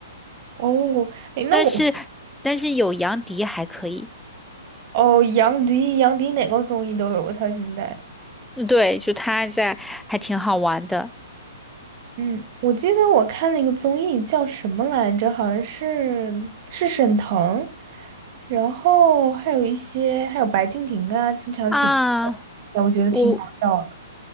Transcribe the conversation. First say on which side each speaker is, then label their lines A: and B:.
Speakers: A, on the right; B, in the centre.
A: 哦，诶，那我。
B: 但是但是有杨迪还可以，
A: 哦，杨迪，杨迪哪个综艺都有过他现在。
B: 嗯对，就他在还挺好玩的
A: 嗯，我记得我看了一个综艺叫什么来着，好像是是沈腾，然后还有一些还有白敬亭啊，经常请，
B: 啊，
A: 哎我觉得挺好笑的。
B: 我